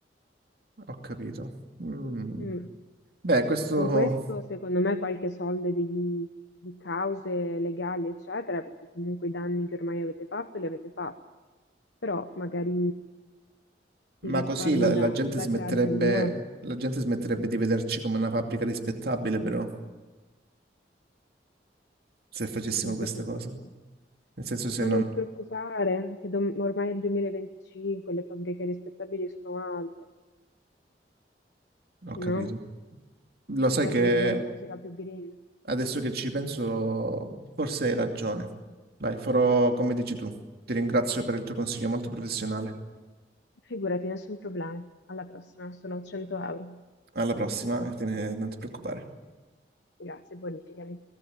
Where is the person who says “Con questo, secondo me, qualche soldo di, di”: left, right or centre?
Left